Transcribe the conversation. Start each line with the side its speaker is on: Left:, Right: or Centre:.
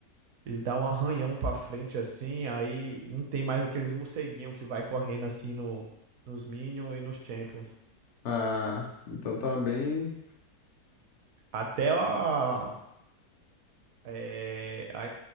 Right: Ele dá um arranhão pra frente assim, aí não tem mais aqueles morceguinho que vai correndo assim no, nos Minions e nos Champions.
Left: Ah, então tá bem
Right: Até a, é, a,